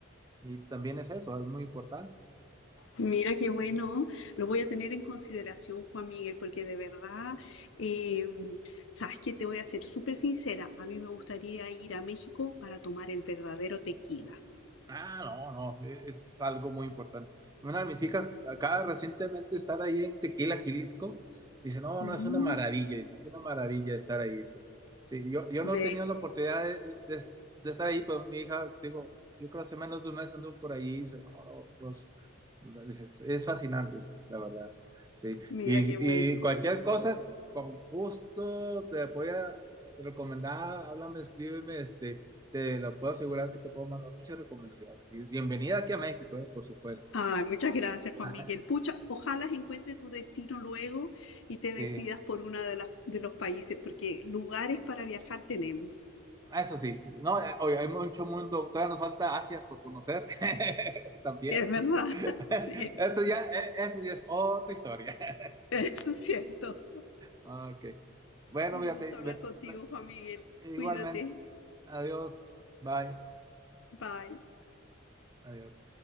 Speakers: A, on the right (about 20°); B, on the left (about 70°).
A: Y también es eso, es muy importante.
B: Mira qué bueno, lo voy a tener en consideración, Juan Miguel, porque de verdad, eh, sabes que te voy a ser súper sincera, a mí me gustaría ir a México para tomar el verdadero tequila.
A: Ah, no, no, e- es, algo muy importante. Una de mis hijas acaba recientemente de estar ahí en Tequila, Jalisco. Dice, no,
B: Mm,
A: no, es una maravilla, dice, es una maravilla estar ahí, dice. Sí, yo, yo
B: ¿ves?
A: no he tenido la oportunidad de, de- de estar ahí, pero mi hija, digo, yo creo hace menos de una vez anduvo por allí, dice, no, no, los, dice, es es fascinante, dice, la verdad. Sí,
B: Mira
A: y,
B: qué bueno.
A: y cualquier cosa, con gusto, te voy a recomendar, háblame, escríbeme, este. Te lo puedo asegurar que te puedo mandar muchas recomendaciones. Y bienvenida aquí a México, eh, por supuesto.
B: Ay, muchas gracias, Juan
A: Ajá,
B: Miguel. Pucha, ojalá encuentre tu destino luego y te decidas
A: <laughs> sí,
B: por uno de las, de los países, porque lugares para viajar tenemos,
A: eso sí. No, eh, oye, hay mucho mundo. Todavía nos falta Asia por conocer. <laughs> También.
B: que es verdad,
A: <laughs>
B: <laughs> sí,
A: Eso ya, eh, eso ya es otra historia. <laughs>
B: eso es cierto.
A: Ok. Bueno,
B: Un
A: fíjate,
B: gusto hablar
A: ve-
B: contigo,
A: me-
B: Juan Miguel.
A: igualmente.
B: Cuídate.
A: Adiós. Bye.
B: Bye.
A: Adiós.